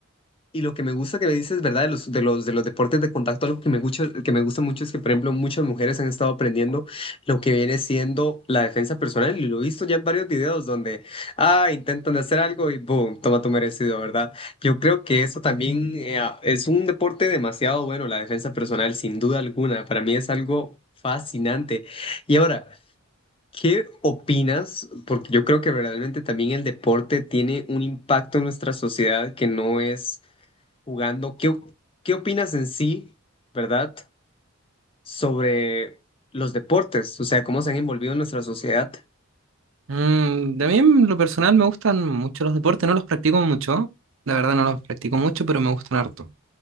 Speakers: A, on the left (about 25°); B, on the right (about 65°).
A: Y lo que me gusta que me dices, ¿verdad? De los, de los, de los deportes de contacto, algo que me gusta, que me gusta mucho es que, por ejemplo, muchas mujeres han estado aprendiendo lo que viene siendo la defensa personal. Y lo he visto ya en varios videos donde, ah, intentan de hacer algo y boom, toma tu merecido, ¿verdad? Yo creo que eso también eh, ah, es un deporte demasiado bueno, la defensa personal, sin duda alguna. Para mí es algo fascinante. Y ahora... ¿Qué opinas? Porque yo creo que verdaderamente también el deporte tiene un impacto en nuestra sociedad que no es jugando. ¿Qué, o- qué opinas en sí, verdad, sobre los deportes? O sea, cómo se han envolvido en nuestra sociedad.
B: Mm, también lo personal me gustan mucho los deportes, no los practico mucho, la verdad no los practico mucho, pero me gustan harto.